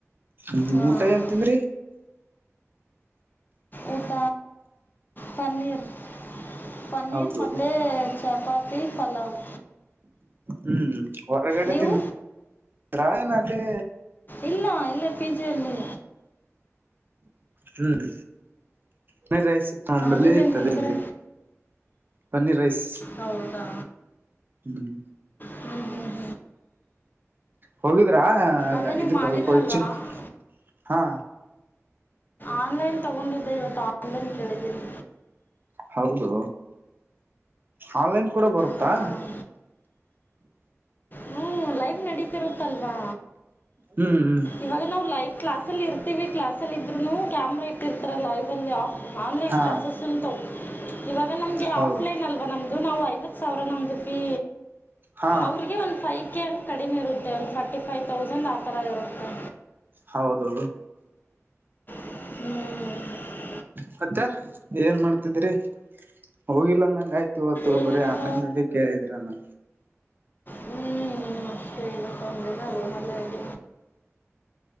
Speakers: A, on the right; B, on the left.
A: ್ಮ
B: ಹಾಂ
A: ಊಟ ಎನ್ಂತನ್್ರಿ
B: ಊಟ ಪನ್ನೀರ್ ಪನ್ನೀರ್
A: ಹೌದು
B: ಮ ಚಪಾತಿ ಪಲಾವ್
A: ಹ್ಮ್ ಹೊರಗಡೆ
B: ನೀವು
A: ತಿಿಂದಾಯನ ಅಲ್ಲಿ
B: ಇಲ್ಲ ಇಲ್ಲ ಪಿಜೆ ಅಲ್ಲಿ
A: ಹ್ಮ್ ಪನರ್ ರೈಸ್ ಇತ್ತು ಅಂಬಲ್ಲಿ
B: ನೀವೇನು
A: ಇತ್ತುದಿ
B: ತಿಂದ್ರಿ
A: ಪನ್ನೀರ್ ರೈಸ್
B: ಹೌದಾ
A: ಹ್ಮ್
B: ಹ್ಮ್ ಹ್ಮ್
A: ಹೋಗಿದ್ರಾ
B: ಅದೇ ನೀವು
A: ಇದು
B: ಮಾಡಿದ್ರಲ್ವಾ
A: ಕೊಚನ್ ಹಾ
B: ಆನ್ಲೈನ್ ತಗೊಂಡಿದ್ದೆ ಇವತ್ತು ಆನ್ಲೈನ್ ಕೇಳಿದ್ದೀನಿ
A: ಹೌದು ಆನ್ಲೈನ್ ಕೂಡ ಬರುತ್ತಾ
B: ಹಾಂ ಹ್ಞೂ ಲೈವ್ ನಡೀತಿರುತ್ತಲ್ವಾ
A: ಹ್ಮ್ ಹ್ಮ್
B: ಇವಾಗ ನಾವು ಲೈವ್ ಕ್ಲಾಸ್ ಇರ್ತೀವಿ ಕ್ಲಾಸ್ಲ್ಲಿ ಇದ್ರು ಕ್ಯಾಮ್ರಾ ಇಟ್ಟಿರ್ತಾರೆ ಲೈವ್ ಅಲ್ಲಿ ಆಫ್ ಆನ್ಲೈನ್
A: ಹಾ
B: ಕ್ಲಾಸಸ್ ಉಂಟಾವ ಇವಾಗ ನಮಗೆ
A: ಹೌದು
B: ಆಫ್ಲೈನ್ ಅಲ್ವಾ ನಮ್ಮದು ನಾವು ಐವತ್ತು ಸಾವಿರ ನಮ್ಮದು ಫೀ
A: ಹಾ
B: ಅವ್ರಿಗೆ ಒಂದುಫೈ ಕೇಳ ಕಡಿಮೆ ಇರುತ್ತೆ ಒಂದು ಫಾರ್ಟಿ ಫೈ್ ತೌಸಂಡ್ ಆ ಥರ ಇರುತ್ತೆ
A: ಹೌದು
B: ಹ್ಮ್
A: ಮತ್ತೆ ಏನ್ ಮಾಡ್ತಿದಿರಿ ಹೋಗಿಲ್ಲಂದಂಗ ಆಯ್ತು ಹೊತ್ತು
B: ಏನಿಲ್ಲ
A: ಒಬ್ಬರೇ ಆನ್ಲೈನ್ಲ್ಲಿ ಕೇಳಿದ್ರನ್ನ
B: ಹ್ಮ್ ಮಷ್ಟೆ ಇವ ತಂದಿಲ್ಲ ರೂಮ್ಲ್ಲೇ ಆಗ